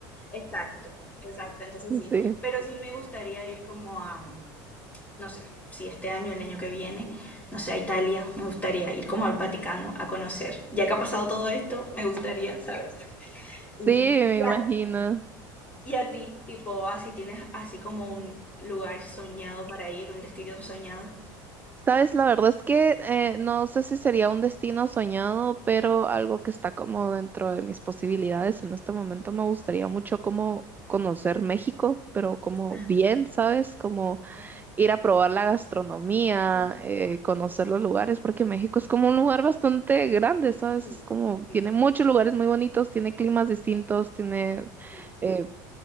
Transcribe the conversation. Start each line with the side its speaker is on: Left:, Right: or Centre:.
Left: exacto, exacto, entonces sí,
Right: Sí,
Left: pero sí me gustaría ir como a, no sé, si este año, el año que viene, no sé, a Italia, me gustaría ir como al Vaticano a conocer. Ya que ha pasado todo esto, me gustaría, ¿sabes?
Right: sí,
Left: Y-
Right: me
Left: Y
Right: imagino.
Left: a, y a ti, tipo, así tienes así como un lugar soñado para ir, un destino soñado.
Right: Sabes, la verdad es que eh, no sé si sería un destino soñado, pero algo que está como dentro de mis posibilidades. En este momento me gustaría mucho como conocer México, pero como
Left: Ah,
Right: bien, ¿sabes? Como
Left: ok.
Right: ir a probar la gastronomía,
Left: Mm,
Right: eh, conocer los lugares, porque México es como un lugar bastante grande, ¿sabes?
Left: Sí,
Right: Es como, tiene
Left: sí, sí.
Right: muchos lugares muy bonitos, tiene climas distintos, tiene
Left: sí.
Right: eh,